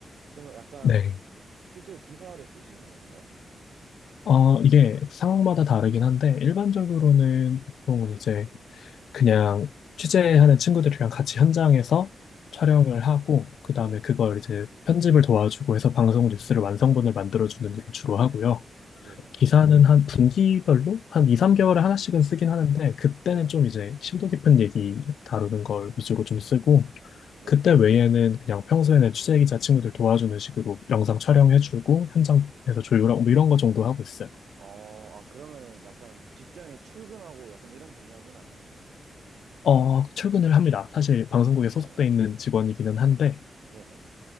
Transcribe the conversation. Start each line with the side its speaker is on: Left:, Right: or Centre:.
Right: 그러면 약간
Left: 네.
Right: 실제로 기사를 쓰시는 건가요?
Left: 어, 이게 상황마다 다르긴 한데, 일반적으로는 보통은
Right: 네.
Left: 이제 그냥 취재하는 친구들이랑 같이 현장에서 촬영을
Right: 네네.
Left: 하고, 그 다음에
Right: 네네.
Left: 그걸 이제 편집을 도와주고 해서 방송 뉴스를 완성본을 만들어주는 일을 주로 하고요.
Right: 네네.
Left: 기사는 한 분기별로 한 2, 3개월에 하나씩은 쓰긴 하는데 그때는
Right: 네네.
Left: 좀 이제 심도 깊은 얘기 다루는 걸 위주로 좀 쓰고
Right: 네네.
Left: 그때 외에는 그냥 평소에는 취재 기자 친구들 도와주는 식으로 영상 촬영해주고 현장에서 조율하고 뭐 이런 거 정도 하고 있어요.
Right: 어, 아, 그러면은 약간 직장에 출근하고 약간 이런 개념은 아니겠네요.
Left: 어, 출근을 합니다. 사실 방송국에
Right: 네네.
Left: 소속돼 있는 직원이기는 한데
Right: 네네.